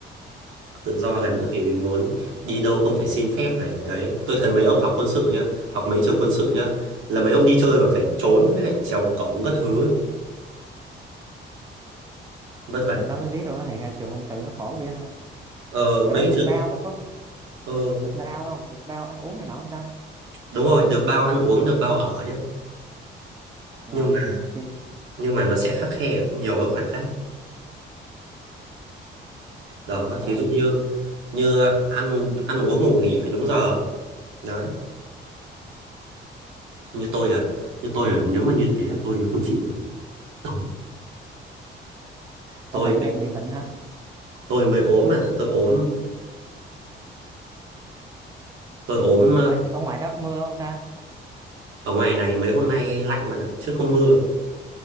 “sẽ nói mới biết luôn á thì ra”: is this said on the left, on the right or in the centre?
Right